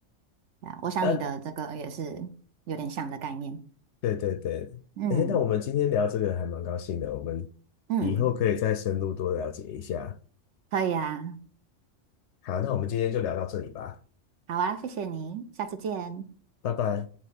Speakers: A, on the right; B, on the left.
A: 啊，我想你的这个也是有点像的概念。
B: 那对对对，
A: 嗯
B: 哎，那我们今天聊这个还蛮高兴的，我们
A: 嗯，
B: 以后可以再深入多了解一下。
A: 可以啊，
B: 好，那我们今天就聊到这里吧，
A: 好啊，谢谢你，下次见。
B: 拜拜。